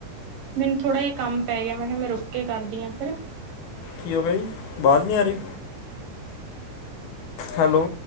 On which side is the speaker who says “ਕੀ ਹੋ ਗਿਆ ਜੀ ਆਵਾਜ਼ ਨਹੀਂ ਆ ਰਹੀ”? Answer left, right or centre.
Left